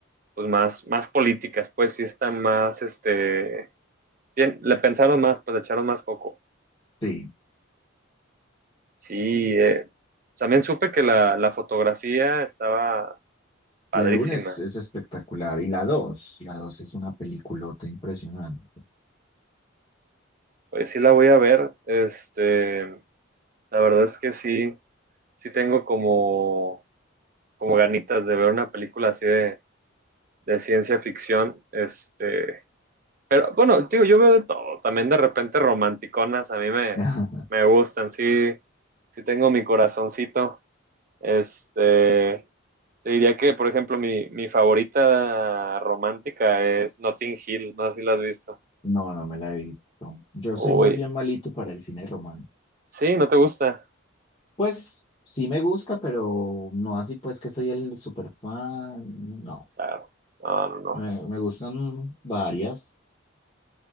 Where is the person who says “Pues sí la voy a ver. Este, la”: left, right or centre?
Right